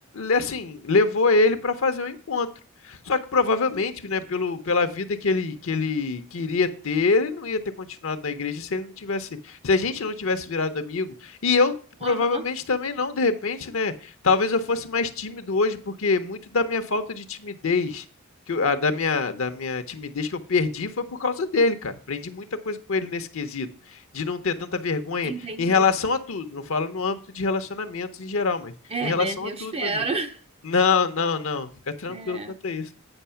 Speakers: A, on the left; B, on the right.
A: assim, levou ele para fazer o encontro. Só que provavelmente, né, pelo, pela vida que ele, que ele queria ter, ele não ia ter continuado na igreja se ele não tivesse, se a gente não tivesse virado amigo. E eu provavelmente
B: aham,
A: também não, de repente, né? Talvez eu fosse mais tímido hoje, porque muito da minha falta de timidez, que eu- ah, da minha, da minha timidez que eu perdi foi por causa dele, cara. Aprendi muita coisa com ele nesse quesito, de não ter tanta vergonha
B: entendi.
A: em relação a tudo, não falo no âmbito de relacionamentos em geral, mas
B: É,
A: em relação
B: né?
A: a
B: Eu
A: tudo
B: espero.
A: na vida.
B: <laughs>
A: Não, não, não, fica tranquilo
B: É,
A: quanto a isso.